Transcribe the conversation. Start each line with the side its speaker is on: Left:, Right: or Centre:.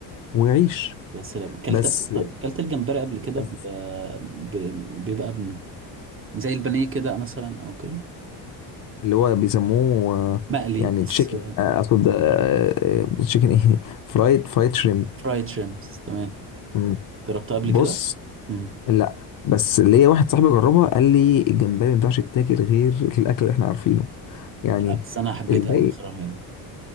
Left: وعيش
Right: يا سلام كلت
Left: بس
Right: طيب كلت الجمبري قبل كده
Left: بس
Right: ب... ب... بيبقى ب... زي البانيه كده مثلا أو كده
Left: اللي هو بيسموه آه،
Right: مقلي
Left: يعني
Right: بس
Left: تشيكن اقصد تشيكن ايه <laughs> فرايد فرايد شريمب
Right: فرايد شريمبس تمام
Left: مم.
Right: جربتها قبل
Left: بص
Right: كده امم
Left: لا بس ليا واحد صاحبي جربها قال لي الجمبري ما ينفعش يتاكل غير الاكل اللي احنا عارفينه يعني
Right: لا بس أنا حبيتها
Left: الباقي
Right: أوي بصراحة يعني